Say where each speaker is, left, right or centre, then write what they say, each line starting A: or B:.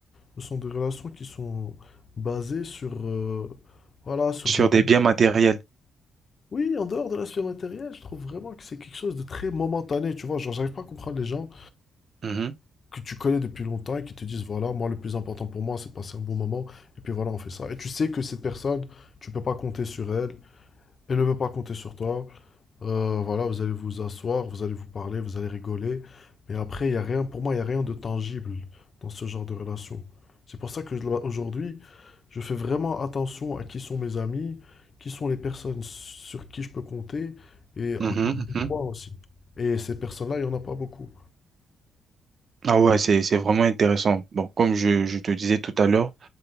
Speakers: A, on the left (about 50°); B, on the right (about 55°).
A: Ce sont des relations qui sont basées sur, euh, voilà, sur
B: Sur
A: des...
B: des biens matériels.
A: Oui, en dehors de l'aspect matériel, je trouve vraiment que c'est quelque chose de très momentané, tu vois. Genre, j'arrive pas à comprendre les gens
B: Mhm.
A: que tu connais depuis longtemps et qui te disent, voilà, moi, le plus important pour moi, c'est de passer un bon moment, et puis voilà, on fait ça. Et tu sais que cette personne, tu peux pas compter sur elle, elle ne peut pas compter sur toi. Euh, voilà, vous allez vous asseoir, vous allez vous parler, vous allez rigoler. Mais après, il y a rien, pour moi, il n'y a rien de tangible dans ce genre de relation. C'est pour ça que je- aujourd'hui, je fais vraiment attention à qui sont mes amis, qui sont les personnes sur qui je peux compter et en
B: Mhm.
A: qui je
B: Mhm.
A: peux croire aussi. Et ces personnes-là, il n'y en a pas beaucoup.
B: Ah ouais, c'est, c'est vraiment intéressant. Bon, comme je, je te disais tout à l'heure,